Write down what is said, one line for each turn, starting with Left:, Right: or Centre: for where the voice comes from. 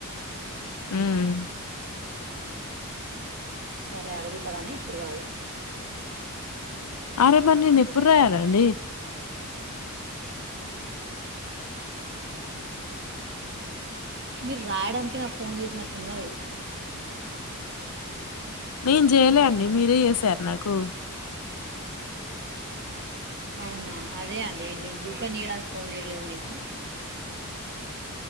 Left: హ్మ్
Right: సరే అడుగుతా కాని ఇప్పుడు కాదు
Left: అరే మరి నేను ఎప్పుడు రాయాలండి
Right: మీరు రాయడానికే నాకు ఫోన్ చేసినట్టున్నది
Left: నేను చేయలేండి మీరే చేశారు నాకు
Right: అవునా, అదే అండి నేను బ్లూ పెన్ ఇయడానికి ఫోన్ చేయలేదు మీకు,